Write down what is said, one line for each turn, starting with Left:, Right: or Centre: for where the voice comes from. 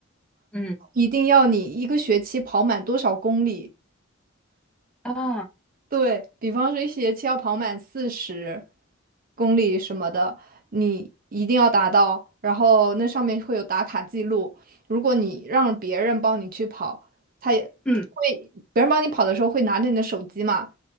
Centre: 嗯
Right: 一定要你一个学期跑满多少公里，
Centre: 啊
Right: 对，比方说一学期要跑满四十公里什么的，你一定要达到，然后那上面会有打卡记录。如果你让别人帮你去跑，他也
Centre: 嗯
Right: 会，别人帮你跑的时候会拿着你的手机嘛，